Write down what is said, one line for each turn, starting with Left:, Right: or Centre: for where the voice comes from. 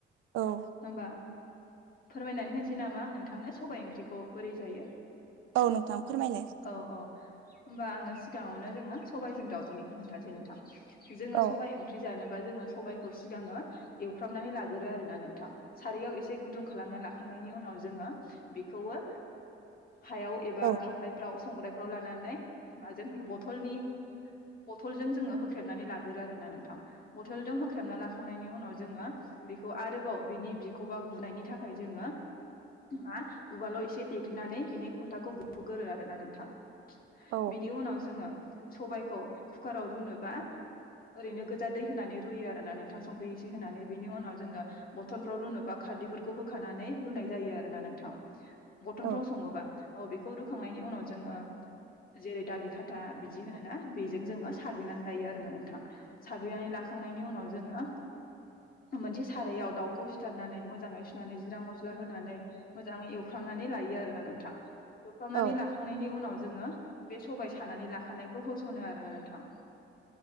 Right: औ
Left: होमबा फोरमायनानै होनोसै नामा आं नोंथांनो सबाइ ओंख्रिखौ बोरै जायो?
Right: औ नोंथां फोरमायलाय।
Left: औ औ होमबा आङो सिगाङावनो जोङो सबबायजों दावजौनिखौ खोन्थासै नोंथां। जोङो
Right: औ
Left: सबबाय ओंख्रि जानो बा जोङो सबायखौ सिगाङो एवफ्रामनानै लाग्रोयो आरोना नोंथां। सारायाव एसे गुदुं खालामना लाखां नायनि उनाव जोङो बेखौओ हायाव एबा
Right: औ
Left: खामफ्लायफ्राव संग्राय फ्राव लानानै माजों बथलनि बथलजों जोङो होख्रेबनानै लागोरो आरोना नोंथां। बथलजों होख्रेबना लाखांनायनि उनाव जोङो बेखौ आरोबाव बिनि बिखौबा गुनायनि थाखाय जोङो
Right: <inaudible>
Left: मा उवालाव एसे देग्लिनानै बिनि खलथाखौ गुहुगोरो आरोना नोंथां।
Right: औ
Left: बिनि उनाव जोङो सबायखौ कुकाराव रुनोबा ओरैनो गोजा दै होनानै रुयो आरो ना नोंथां संख्रि एसे होनानै बिनि उनाव जोङो बरथनफ्राव रुनोबा खा रदै फोरखौ होखानानै रुनाय जायोना आरोना नोंथां। बरथनफ्राव
Right: औ
Left: सङोबा औ बे खौ रुखांनायनि उनाव जोङो जेरै दालि खाथा बिदि होनोना बेजों जोङो साग्लिनानै लायो आरोना नोंथां। साग्लिनानै लाखां नायनि उनाव जोङो मोनसे सारायाव दाउखौ सिथारनानै मोजाङै सुनानै जिरा मस्ला होनानै मोजाङै एवफ्रामनानै लायो आरोना नोंथां एवफ्रामनानै
Right: औ
Left: लाखांनायनि उनाव जोङो बे सबाय सानानै लाखानायखौ होस'नो आरो नोंथां।